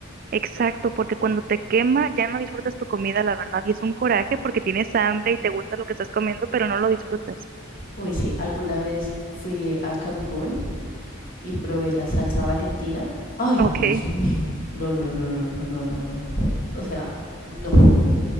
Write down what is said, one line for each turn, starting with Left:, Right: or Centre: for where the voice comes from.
Right: exacto, porque cuando te quema ya no disfrutas tu comida, la verdad, y es un coraje porque tienes hambre y te gusta lo que estás comiendo, pero no lo disfrutas.
Left: Uy, sí, alguna vez fui a Cancún y probé la salsa Valentina. Ay,
Right: Ok.
Left: Dios mío, no, no, no, no, no, no, no, no, no. O sea, no,